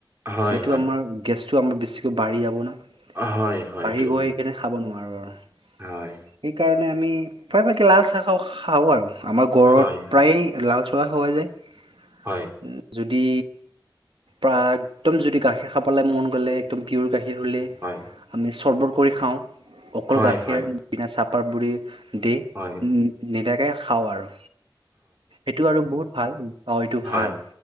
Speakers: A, on the right (about 30°); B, on the right (about 85°).
A: হয়,
B: সেইটো
A: হয়,
B: আমাৰ গেছটো আমাৰ বেছিকৈ বাঢ়ি যাব ন
A: হয়, হয়,
B: বাঢ়ি
A: এইটো
B: গৈ
A: হয়,
B: কিনে। খাব নোৱাৰোঁ আৰু,
A: হয়।
B: সেইকাৰণে আমি প্ৰায়ভাগে লাল চাহ খা- খাওঁ আৰু আমাৰ গৰত
A: হয়, হয়,
B: প্ৰায়ে লাল চোৱা খোৱা যায়।
A: হয়,
B: যদি প্ৰায় একদম যদি গাখীৰ খাবলৈ মন গ'লে একদম পিঅৰ গাখীৰ হ'লে
A: হয়।
B: আমি চৰ্বত কৰি খাওঁ, অকল
A: হয়,
B: গাখীৰ
A: হয়,
B: বিনা চাহপাত বুলি দি।
A: হয়।
B: উম, নিদাকে খাওঁ আৰু। এইটো আৰু বহুত ভাল। অ', এইটো
A: হয়,
B: ভাল।